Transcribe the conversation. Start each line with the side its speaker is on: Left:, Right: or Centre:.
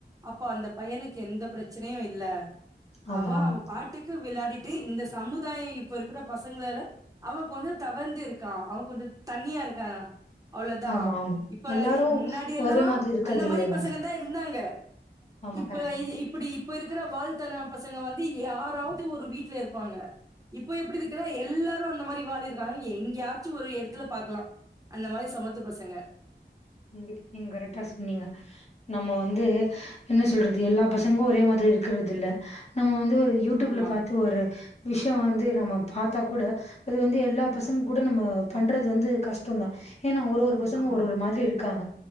Right: அப்போ அந்த பையனுக்கு எந்த பிரச்சனயு இல்ல
Left: ஆமா,
Right: அவ
Left: ஆமா.
Right: அவ பாட்டுக்கு விளாடிட்டு இந்த சமுதாயோ இப்ப இருக்கிற பசங்ளால அவ கொஞ்சோ தவர்ந்திருக்கா அவ கொஞ்சோ தனியா இருக்கா அவ்ளோதா
Left: ஆமா, ஆமா.
Right: இப்ப
Left: எல்லாரும்
Right: முன்னாடியெல்லா
Left: ஒரே மாதிரி இருக்கறது
Right: அந்த
Left: இல்லல்ல.
Right: மாரி பசங்க தா இருந்தாங்க
Left: ஆமா
Right: இப்ப
Left: கரெக்ட்டு.
Right: இது இப்டி இப்ப இருக்குற வால்தன பசங்க வந்து யாராவது ஒரு வீட்ல இருப்பாங்க இப்போ எப்டி இருக்குன்னா எல்லாரு அந்த மாரி வால் இருக்கானா எங்கயாச்சு ஒரு எடத்துல பாக்கலா அந்த மாரி சமத்து பசங்க
Left: <inaudible> நீங்க கரெக்டா சொன்னீங்க நம்ம வந்து என்ன சொல்றது எல்லா பசங்களு ஒரே மாதிரி இருக்கிறது இல்ல நம்ம வந்து ஒரு யூடியூப்ல
Right: ஆமா
Left: பாத்து ஒரு விஷய வந்து நம்ம பாத்தா கூட அது வந்து எல்லா பசங்க கூட நம்ம பண்றது வந்து கஷ்டந்தா ஏன்னா ஒரு ஒரு பசங்க
Right: ஆமா
Left: ஒரு ஒரு மாதிரி இருக்காங்க